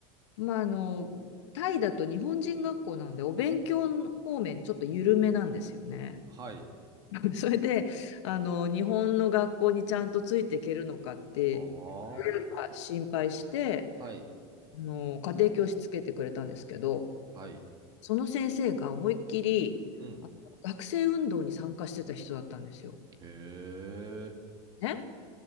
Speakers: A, on the left; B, on the right.
A: まあ、あの、タイだと日本人学校なんで、お勉強方面ちょっと緩めなんですよね。
B: はい。
A: <laughs> それで、あの、日本の学校にちゃんとついていけるのかって
B: ああ、
A: 心配して、
B: はい。
A: あの、家庭教師つけてくれたんですけど、
B: はい。
A: その先生が思いっきりあの学生運動に参加してた人だったんですよ。
B: うん。へえ。
A: ね。